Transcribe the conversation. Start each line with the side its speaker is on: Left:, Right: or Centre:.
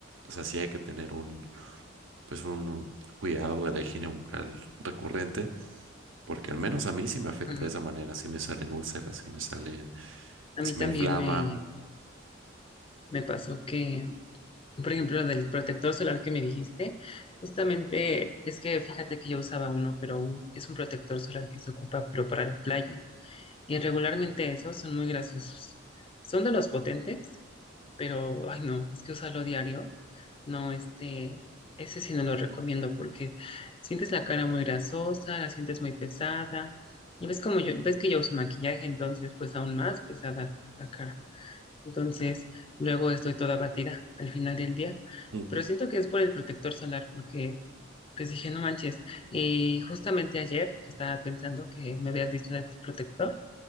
Right: o sea, sí hay que tener un, pues un cuidado de la higiene bucal recurrente, porque al menos a mí sí me afecta
Left: Ujú.
Right: de esa manera, sí me salen úlceras, sí me sale,
Left: A
Right: sí
Left: mí también
Right: me inflama.
Left: me,
Right: <laughs>
Left: me pasó que Por ejemplo, del protector solar que me dijiste, justamente es que fíjate que yo usaba uno, pero un- es un protector solar que se ocupa pero para la playa. Y regularmente esos son muy grasosos. Son de los potentes, pero ay no, es que usarlo diario, no, este, ese sí no lo recomiendo porque sientes la cara muy grasosa, la sientes muy pesada. Y ves como yo, ves que yo uso maquillaje, entonces pues aún más pesada la cara. Entonces, luego estoy toda batida al final del día,
Right: Ujú.
Left: pero siento que es por el protector solar, porque pues dije, no manches. Y justamente ayer, que estaba pensando que me habías dicho de tu protector,